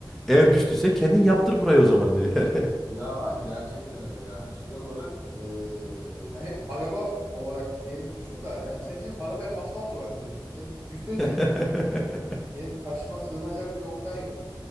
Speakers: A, in the centre; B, on the right.
A: Eğer düştüysen kendin yaptır burayı o zaman diyor yani.
B: Ya gerçekten öyle ya. Hani şey olarak eee, hem araba olarak benim suçum da yani senin hem araba hem asfalt olarak senin suçun. Senin yüzde yüz
A: <laughs>
B: senin. Senin kaçma sığınacak bir noktan yok.